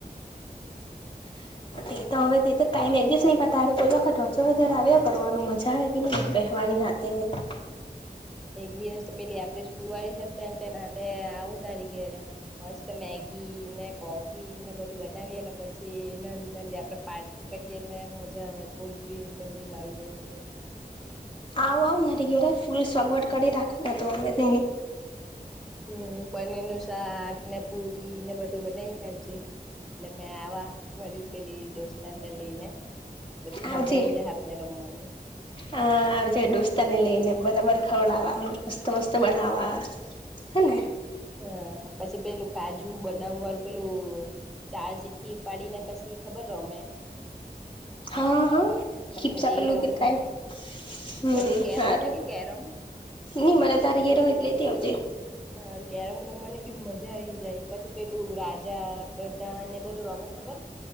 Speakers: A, on the left; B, in the centre.
A: <inaudible> તે તો હવે તે તો ટાઈમ એડજસ્ટ નહી પતાડે કોઈ વખત વાંચો્યારે આવ્યા કરવાનું મજા આવે કે નહી આવે બેસવાનું. નિહાતે <unintelligible>
B: એક દીવસ તો પેલી આપડી સ્કૂલ વાળી સે ફ્રેન્ડ તેના હાથે આવું તારી ઘેરે મસ્ત મેગી ને કોફી ને બધું બનાવીએ ને પછી નાલી નાલી આપણે પાર્ટી કરીએ મજા કોલ્ડ્રિંક ને બધું લાવી લઈએ ને પીસી
A: આવ આવ મારી ઘેરે ફૂલ સગવડ કરી રાખો તું આવે તેની
B: હમ્મ. પનીર નું શાક ને પુરી ને બધું બનાવી કાઢજે એટલે મેં આ મારી પેલી દોસ્તને લઈને પછી
A: આવજે
B: મજા આઈ જાય આપને રમવાની.
A: હા આવજે દોસ્તાને લઈ ને બરાબર ખવડાવ મસ્ત મસ્ત બનાવા. હને.
B: હા પછી પેલું કાજુ બદામ વાળું પેલું ચાર ચિઠ્ઠી ઉપાડીને પછી ખબર રમે.
A: હા હા હિપસા
B: પછી
A: પેલું
B: એ રમવું
A: કઈ હમ્મ
B: પછી કેરમ
A: હારૂ.
B: છે કે કેરમ
A: નઈ મને તારે ઘેરે હોય તો લેતી આવજે
B: હા કેરમ રમવાની બી મજા આઈ જાય, પછી પેલું રાજા પ્રધાન એ બધું રમ ખબર